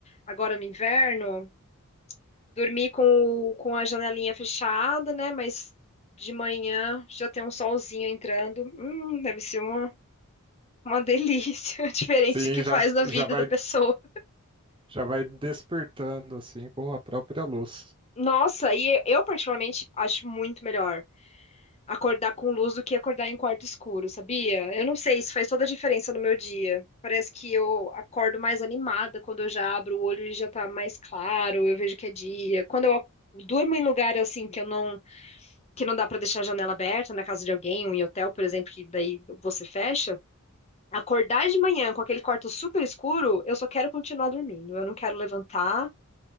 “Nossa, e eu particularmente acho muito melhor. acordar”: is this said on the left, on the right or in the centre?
Left